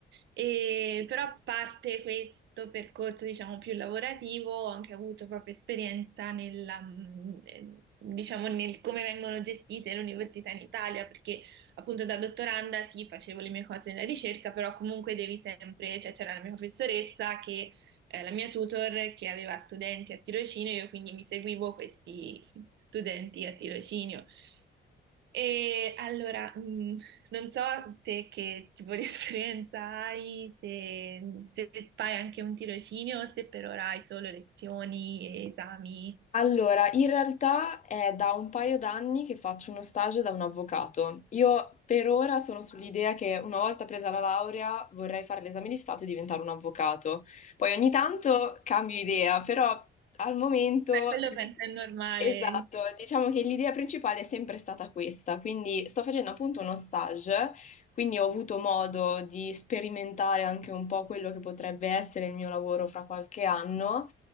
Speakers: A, on the right; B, on the left.
A: E- però a parte questo percorso, diciamo, più lavorativo, ho anche avuto proprio esperienza nella, mh, eh, diciamo, nel come vengono gestite le università in Italia, perché appunto da dottoranda sì, facevo le mie cose nella ricerca, però comunque devi sempre, cioè c'era la mia professoressa che eh, la mia tutor che aveva studenti a tirocinio, io quindi mi seguivo questi studenti a tirocinio. E allora, mh, non so te che tipo di <laughs> esperienza hai, se, se fai anche un tirocinio o se per ora hai solo lezioni e esami.
B: Allora, in realtà è da un paio d'anni che faccio uno stage da un avvocato. Io per ora sono sull'idea che una volta presa la laurea vorrei fare l'esame di Stato e diventare un avvocato. Poi ogni tanto cambio idea, però al momento
A: Beh, quello penso è normale.
B: Esatto, diciamo che l'idea principale è sempre stata questa, quindi sto facendo appunto uno stage, quindi ho avuto modo di sperimentare anche un po' quello che potrebbe essere il mio lavoro fra qualche anno